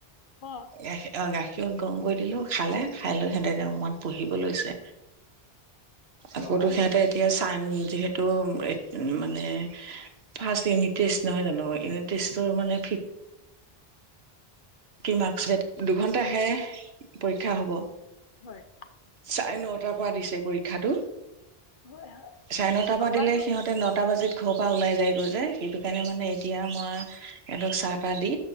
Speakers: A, on the left; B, on the right.
A: অঁ
B: গাখীৰ অ'! গাখীৰ সিহঁত গৰম কৰি দিলোঁ খালে খাই লৈ সিহঁতে এতিয়া ৰুমত পঢ়িব লৈছে। আকৌতো
A: অঁ আজি
B: সিহঁতে এতিয়া টাইম যিহেতু এত-মানে ফাৰ্ষ্ট ইউনিতেষ্ট নহয় জানো ইউনিতেষ্টো অ' মানে ফিফ থ্ৰী মাৰ্ক্স দুঘন্টাহে পৰীক্ষা হ'ব।
A: হয়
B: চাৰে নটাৰ পৰা দিছে পৰীক্ষাটো।
A: হয় হয়
B: চাৰে নটাৰ পৰা
A: আমাৰো
B: দিলে সিহঁতে নটা বজাত ঘৰৰ পৰা ওলাই যায়গৈ যে সেটো সেইকাৰণে মানে এতিয়া মই সিহঁতক চাহতাহ দি